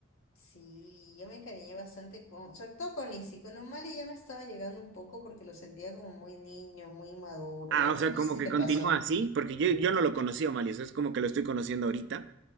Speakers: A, on the left; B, on the right.
A: sí, yo me encariñé bastante con, sobre todo con Izzy, con Umali ya me estaba llegando un poco porque lo sentía como muy niño, muy maduro,
B: Ah, o sea,
A: no
B: como
A: sé si
B: que
A: te
B: continúa
A: pasó.
B: así, porque yo, yo no lo conocía, Malio, o sea, es como que lo estoy conociendo ahorita.